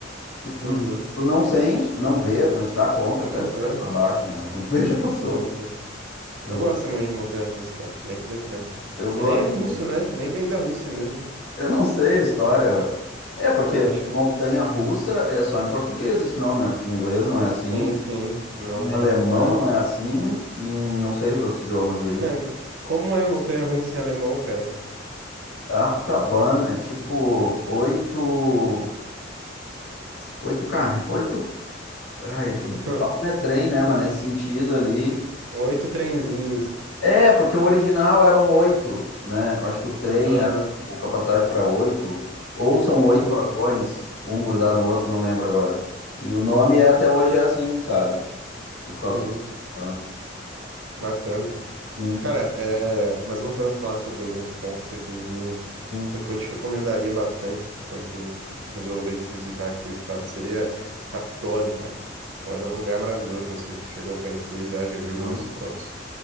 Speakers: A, on the left (about 80°); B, on the right (about 85°).
A: que tu,
B: Uhum,
A: tu não sente, tu não vê, tu não te dá conta
B: nem
A: que tá de cabeça
B: ver.
A: pra baixo, né? Quando tu <laughs> vê, já passou.
B: Sim, sim.
A: Então,
B: Eu gosto também de montanha russa, cara, acho bem interessante.
A: eu gosto
B: E nem é russo,
A: também.
B: né? Nem vem da Rússia mesmo.
A: Eu não sei a história. É, porque
B: Ah, acho que não.
A: montanha-russa é só em português esse nome, né? Porque em inglês não é assim,
B: Sim, sim, não.
A: em alemão
B: né?
A: não é assim, e em não sei os outros idiomas aí.
B: Cara, como é montanha-russa em alemão, cara?
A: Artaban é tipo oito, oito, car... oito Ai, é que bala
B: <laughs>
A: não é trem, né? Mas nesse sentido ali.
B: Oito trenzinhos.
A: É, porque o original eram oito, né? Eu acho que o trem
B: Aham,
A: era tipo, capacidade para oito. Ou são oito
B: legal.
A: vagões, um grudado no outro, não lembro agora. E o nome é- até hoje é assim, sabe? Por causa.
B: Uhum,
A: Ah,
B: bacana.
A: sim,
B: Cara, é, mas voltando a falar sobre alguns pontos aqui de Minas,
A: sim.
B: o que eu te recomendaria bastante cara, quando tu resolvesse visitar aqui o estado seria Capitólio, cara. Capitólio é um lugar maravilhoso, não sei se tu chegou a conhecer já, já vi
A: Não.
B: algumas fotos.